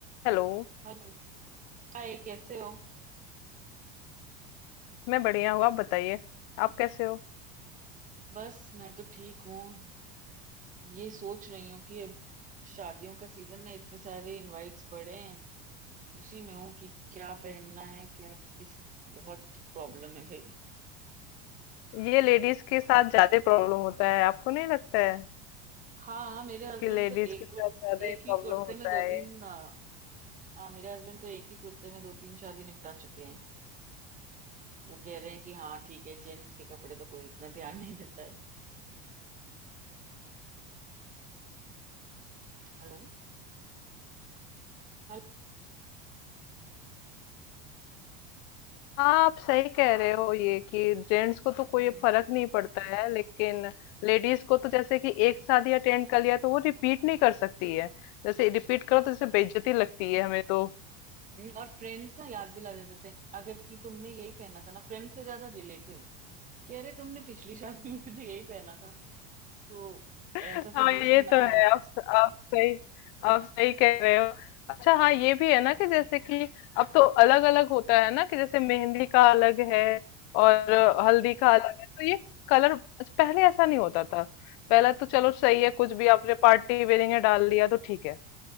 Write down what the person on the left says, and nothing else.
Hello
मैं बढ़िया हूँ आप बताइए आप कैसे हो
ये लेडीज के साथ ज्यादा प्रॉब्लम होता है आपको नहीं लगता है
कि लेडीज
के साथ
ज्यादा
ही प्रॉब्लम
होता
है
हाँ आप सही कह रहे हो ये कि जेंट्स को तो कोई
फर्क नहीं पड़ता है लेकिन लेडीज को तो जैसे कि एक शादी अटेंड कर लिया तो वो रिपीट नहीं कर सकती है जैसे रिपीट करो तो जैसे बेइज्जती लगती है हमें तो
हाँ
ये
तो है
आप आप सही आप सही कह रहे हो अच्छा हाँ ये भी है ना कि जैसे कि अब तो अलग अलग होता है ना कि जैसे मेहंदी का अलग है और
हल्दी का अलग है तो ये कलर अच्छा, पहले ऐसा नहीं होता था पहले तो चलो
सही है कुछ भी आपने पार्टी वेयरिंग में डाल लिया तो ठीक है